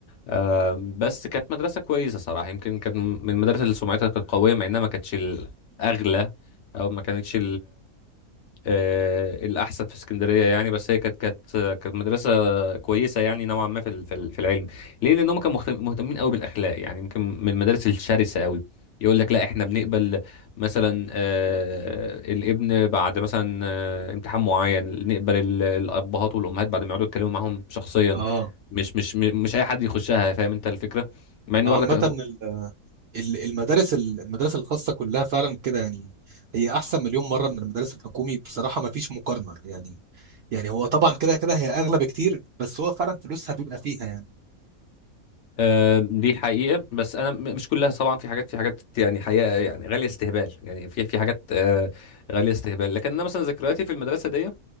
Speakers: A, on the left (about 60°); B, on the right (about 65°).
A: آم، بس كانت مدرسة كويسة صراحة يمكن كانت من المدارس اللي سمعتها كانت قوية مع انها ما كانتش الأغلى او ما كانتش آه، الاحسن في اسكندريه يعني بس هي كانت كانت كانت مدرسه كويسه يعني نوعا ما في ال- في ال- في العلم ليه لان هم كانوا مهتم- مهتمين قوي بالاخلاق يعني يمكن من المدارس الشرسه قوي يقول لك لا احنا بنقبل مثلا آه، الابن بعد مثلا آه، امتحان معين نقبل ال- الابهات والامهات بعد ما يقعدوا يتكلموا معاهم شخصيا
B: اه
A: مش مش م- مش اي حد يخشها فاهم انت الفكره مع ان
B: ما
A: برضك
B: عامه ال- ال- المدارس ال- المدارس الخاصه كلها فعلا كده يعني هي احسن مليون مره من المدارس الحكومي بصراحه ما فيش مقارنه يعني يعني هو طبعا كده كده هي اغلى بكتير بس هو فعلا فلوسها بيبقى فيها يعني
A: آه، دي حقيقة بس أنا م- مش كلها طبعا في حاجات في حاجات يعني حقيقة يعني غالية استهبال يعني في في حاجات آه، غالية استهبال لكن أنا مثلا ذكرياتي في المدرسة دي